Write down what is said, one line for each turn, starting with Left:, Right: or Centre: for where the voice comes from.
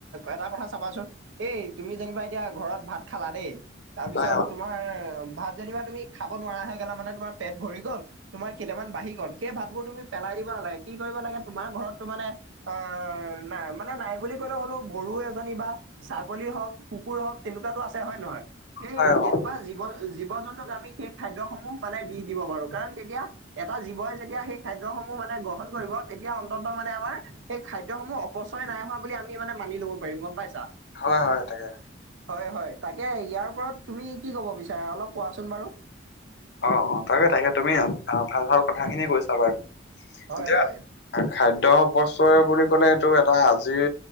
Right: এটা কথা চাবাচোন এই, তুমি যেনিবা এতিয়া ঘৰত ভাত খালা দেই। তাৰপিছত,
Left: হয় অ
Right: তোমাৰ ভাত যেনিবা তুমিনোৱাৰা হৈ গ'লা, মানে তোমাৰ পেট ভৰি গ'ল। তোমাৰ কেইটামান বাঢ়ি গ'ল, সেই ভাতবোৰ তুমি পেলাই দিব নালাগে, কি কৰিব লাগে তোমাৰ ঘৰততো মানে অ', নাই মানে নাই বুলি ক'লে হ'লেও গৰু এজনী বা ছাগলী হওক, কুকুৰ হওক, তেনেকুৱাতো আছে হয় নহয়, এই
Left: হয়
Right: তেনেকুৱা
Left: অ
Right: জীৱ জীৱ-জন্তুক আমি সেই খাদ্য সমূহ মানে দি দিব পাৰোঁ। কাৰণ তেতিয়া এটা জীৱই যেতিয়া সেই খাদ্যসমূহ মানে গ্ৰহণ কৰিব, তেতিয়া অন্তত মানে আমাৰ সেই খাদ্যসমূহ অপচয় নাই হোৱা বুলি আমি মানে মানি লব পাৰিম গম পাইছা।
Left: হয়, হয়, তাকে।
Right: হয়, হয় তাকে ইয়াৰ ওপৰত তুমি কি ক'ব বিচাৰা অলপ কোৱাচোন বাৰু।
Left: অ অ তাকে, তাকে তুমি আহ ভাল, ভাল কথা খিনিয়ে কৈছা বাৰু।
Right: হয়
Left: এতিয়া
Right: হয়
Left: খাদ্য অপচয় বুলি ক'লে, এইটো এটা আজিৰ